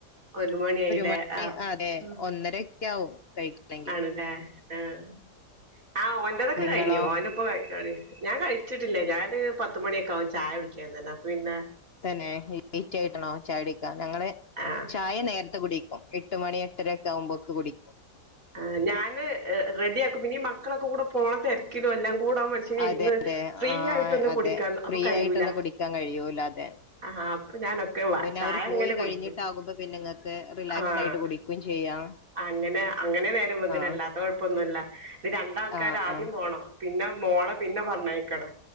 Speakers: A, on the right; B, on the left.
A: ഒരു മണ്യായില്ലേ
B: മണി
A: ആഹ്
B: അതെ
A: ആഹ്
B: ഒന്നരയൊക്കെ ആവും കഴിക്കണമെങ്കിൽ
A: ആണ് ല്ലേ ആഹ്. ആഹ് ഓന്റതൊക്കെ
B: നിങ്ങളോ
A: കഴിഞ്ഞു ഓന്പ്പ കഴി ഞാൻ കഴിച്ചിട്ടില്ല ഞാന് പത്തുമണിയൊക്കെ ആവും ചായ കുടിക്കാൻ തന്നെ അപ്പപിന്നെ
B: തന്നെ ലേറ്റ് ആയിട്ടണോ ചായ കുടിക്കാ, ഞങ്ങള്
A: ആഹ്
B: ചായ നേരത്തെ കുടിക്കും. എ ട്ട്മണി എട്ടര ഒക്കാവുമ്പോക്ക് കുടിക്കും.
A: ആന് ഞാന് റെഡിയാക്കും പിന്നേ മക്കളൊക്കെ കൂടെ പോണ തെരിക്കിലും എല്ലാം കൂടാവുമ്പം മൻ സനിര്ന്ന്
B: അതെ അതെ
A: ഫ്രീ
B: ആ
A: ആയിട്ടൊന്ന്
B: അതെ
A: കുടിക്കാൻ അപ്പൊ
B: ഫ്രീ
A: കയ്യൂല.
B: ആയിട്ടൊന്നും കുടിക്കാൻ കഴിയൂല അതെ
A: ആഹ് അപ്പൊ ഞാനൊക്കെള്ള
B: പിന്നെ
A: ചായങ്ങനെ
B: അവര് പോയി
A: കുടിക്ക്യും.
B: കഴിഞ്ഞിട്ടാകുമ്പോ പിന്നെ നിങ്ങൾക്ക് റിലാക്സ്
A: ആഹ്
B: ആയിട്ട് കുടിക്കുകയും ചെയ്യാം
A: അങ്ങനെ അങ്ങനെ നേരംവെഗ്ണേ.
B: ആ
A: അല്ലാത്ത കൊഴപ്പാന്നുല്ല. ഇത് രണ്ടാൾക്കാരാദ്യം
B: ആ ആ
A: പോണം. പിന്നെ മോളെ പിന്നെ പറഞ്ഞയ്ക്കണ.